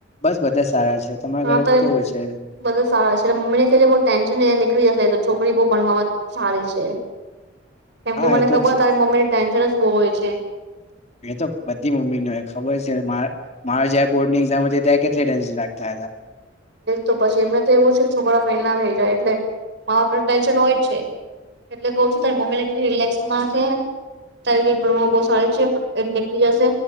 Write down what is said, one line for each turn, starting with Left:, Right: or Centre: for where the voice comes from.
Left: બસ બધા સારા છે તમારા
Right: હા
Left: ઘરે
Right: તો
Left: કેવું છે
Right: બધા સારા છે. મમ્મી ને કે બવ ટેન્શન નીકળી જશે. છોકરી બહુ ભણવા સારી છે. એમ કે
Left: હા
Right: મને
Left: એ
Right: ખબર
Left: તો
Right: તારી મમ્મી ટેન્શન જ બહુ હોય છે.
Left: એ તો બધી મમ્મી નય ખબર છે. મારો જ્યાં બોર્ડ ની એક્ઝામ હતી ત્યાં કેટલી ટેન્શન રાખતા હતા.
Right: તો પછી એમને તો એવું છે છોકરા ફેલ ના થઈ જાય, એટલે મા બાપ ટેન્શન હોય જ છે. એટલે કેવ‌ છું તારી મમ્મીને રિલેક્સ ના થ બ સારી છે નીકળી જશે